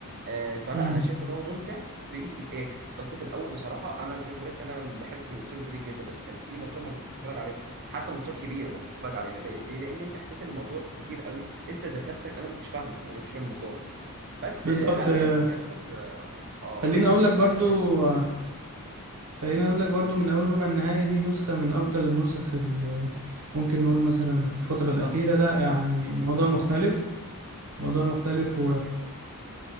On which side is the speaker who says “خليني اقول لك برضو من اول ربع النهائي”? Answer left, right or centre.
Right